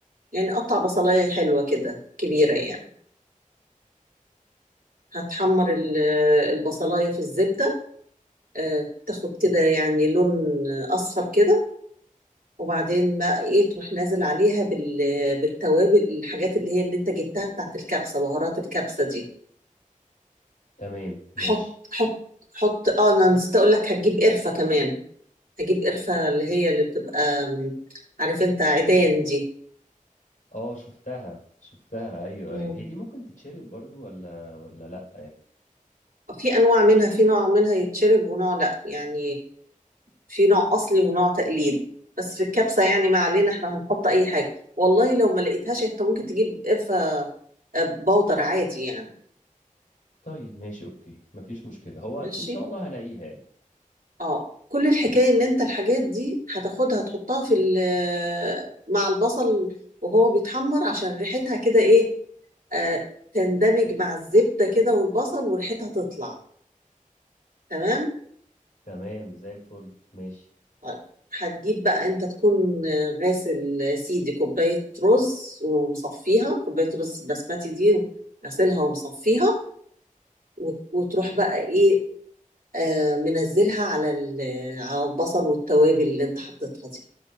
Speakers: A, on the right; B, on the left.
A: يعني قطع بصلاية حلوة كده كبيرة يعني هتحمر ال- البصلاية في الزبدة آه تاخد كده يعني لون أصفر كده وبعدين ما ايه تروح نازل عليها بال- بالتوابل الحاجات اللي هي اللي انت جبتها بتاعت الكبسة بهارات الكبسة دي
B: تمام ماشي
A: حط حط حط اه انا نسيت اقول لك هتجيب قرفة كمان هجيب قرفة اللي هي اللي بتبقى م، عارف انت عيدان دي
B: اه شفتها شفتها ايوه
A: مم.
B: ايوه هي دي ممكن تتشرب برضو ولا ولا لا
A: في انواع منها في نوع منها يتشرب ونوع لا يعني في نوع اصلي ونوع تقليد بس في الكبسة يعني ما علينا احنا هنحط اي حاجة والله لو ما لقيتهاش انت ممكن تجيب قرفة آه، بودر عادي يعني
B: طيب ماشي اوكي مفيش مشكلة هو
A: ماشي
B: أك- ان شاء الله هلاقيها يعني
A: اه كل الحكاية ان انت الحاجات دي هتاخدها تحطها في ال- آه، مع البصل وهو بيتحمر عشان ريحتها كده ايه آه تندمج مع الزبدة كده والبصل وريحتها تطلع تمام
B: تمام زي الفل ماشي
A: طيب هتجيب بقى انت تكون آه، غاسل آه، سيدي كوباية رز ومصفيها كوباية رز بسمتي دي غسلها ومصفيها وت- وتروح بقى ايه آه منزلها على ال- على البصل والتوابل اللي انت حطيتها دي